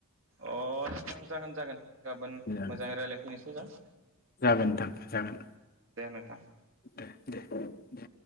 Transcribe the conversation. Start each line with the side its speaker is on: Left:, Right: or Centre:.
Right: अ नोंथां जागोन‌ जागोन। गाबोन
Left: नोंथां?
Right: मोजाङै रायलायफैनोस मोजां
Left: जागोन नोंथां जागोन
Right: नोंथां
Left: दे दे दे